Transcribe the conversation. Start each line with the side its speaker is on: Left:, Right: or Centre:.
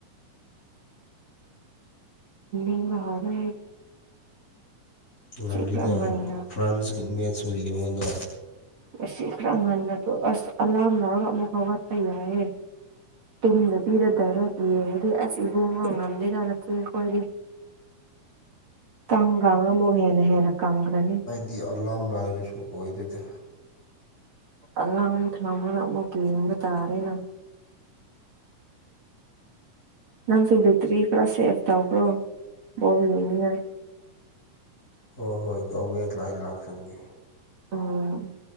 Right: ꯏ ꯍꯔ ꯍꯥꯏ
Left: ꯉꯜꯂꯤꯗ
Right: ꯈꯔ ꯉꯟꯅ
Left: ꯐ꯭ꯔꯥꯟꯁꯀꯤ ꯃꯦꯠꯁꯁꯨ ꯌꯦꯡꯉꯣꯟꯗ
Right: ꯃꯁꯤ ꯈꯔ ꯉꯟꯅꯕꯗꯣ ꯑꯁ ꯑꯂꯥꯝ ꯂꯧꯔꯒ ꯑꯃꯨꯛ ꯍꯧꯒꯠꯄ ꯌꯥꯏꯌꯦꯦ ꯇꯨꯝꯗ ꯄꯤꯗꯗꯔ ꯌꯦꯡꯉꯗꯤ ꯑꯁ ꯏꯕꯨꯡꯉꯣ ꯉꯝꯗꯦ ꯀꯥ ꯅꯠꯇꯦ ꯑꯩꯈꯣꯏꯗꯤ ꯀꯪꯒ ꯑꯃꯨꯛ ꯍꯦꯟꯅ ꯍꯦꯟꯅ ꯀꯪꯈ꯭ꯔꯅꯤ
Left: ꯒꯤꯗꯤ ꯑꯂꯥꯝ ꯂꯥꯏꯔꯁꯨ ꯑꯣꯏꯗꯗꯦ
Right: ꯑꯉꯥꯡ ꯊꯝꯃꯒ ꯑꯃꯨꯛ ꯌꯦꯡꯕ ꯇꯥꯔꯦꯅ ꯅꯪꯁꯨ ꯕꯦꯇ꯭ꯔꯤ ꯈꯔ ꯁꯦꯐ ꯇꯧꯈ꯭ꯔꯣ ꯕꯣ ꯌꯦꯅꯤꯉ
Left: ꯍꯣꯏ ꯍꯣꯏ ꯇꯧꯒꯦ ꯂꯥꯏ ꯂꯥꯛꯆꯕꯒꯦ
Right: ꯑꯣ